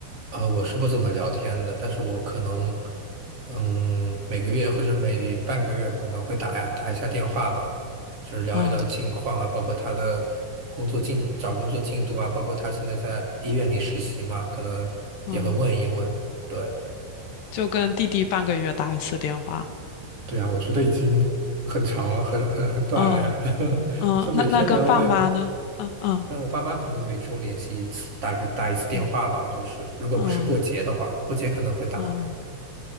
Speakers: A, on the right; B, on the left.
A: 呃，我是不怎么聊天的，但是我可能，嗯，每个月或者每半个月可能会打呀打一下电话吧，就是聊一聊近况啊，
B: 嗯
A: 包括他的工作进，找工作进度啊，包括他现在在医院里实习嘛，可能也会问一问。
B: 嗯，
A: 对，
B: 就跟弟弟半个月打一次电话。
A: 对啊，我觉得已经很长了，很很很短了呀，
B: 嗯
A: <laughs>
B: 嗯，
A: 就每天聊，
B: 那那跟爸妈呢？
A: 我也不
B: 嗯嗯
A: 跟我爸妈可能每周联系一次，打个打一次电话吧，
B: 嗯
A: 就是如果不是过节的话，
B: 嗯
A: 过节可能会打，
B: 嗯